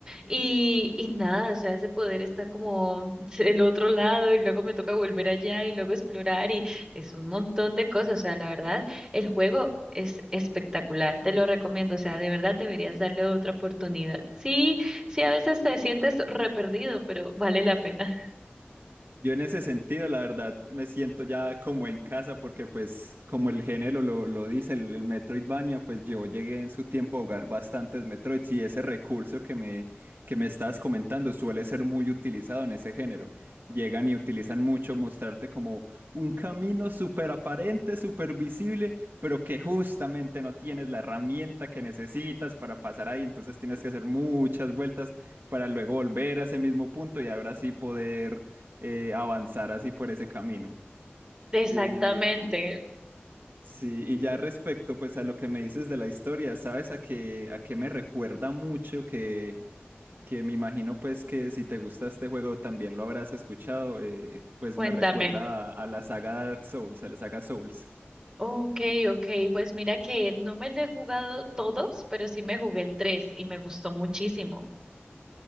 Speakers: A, on the right; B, on the right.
A: Y, y nada, o sea, ese poder está como el otro lado y luego me toca volver allá y luego explorar y es un montón de cosas, o sea, la verdad, el juego... Es espectacular, te lo recomiendo, o sea, de verdad deberías darle otra oportunidad. Sí, sí, a veces te sientes re perdido, pero vale la pena.
B: Yo en ese sentido, la verdad, me siento ya como en casa porque pues como el género lo, lo dice, el, el Metroidvania, pues yo llegué en su tiempo a jugar bastantes Metroids y ese recurso que me, que me estabas comentando suele ser muy utilizado en ese género. Llegan y utilizan mucho mostrarte como un camino súper aparente, súper visible, pero que justamente no tienes la herramienta que necesitas para pasar ahí, entonces tienes que hacer muchas vueltas para luego volver a ese mismo punto y ahora sí poder eh, avanzar así por ese camino.
A: Exactamente.
B: Eh, sí, y ya respecto pues a lo que me dices de la historia, ¿sabes a qué, a qué me recuerda mucho que, que me imagino pues que si te gusta este juego también lo habrás escuchado, eh, pues
A: Cuéntame.
B: me recuerda a, a la saga Dark Souls, a la saga Souls.
A: Ok, ok, pues mira que no me lo he jugado todos, pero sí me jugué el 3 y me gustó muchísimo.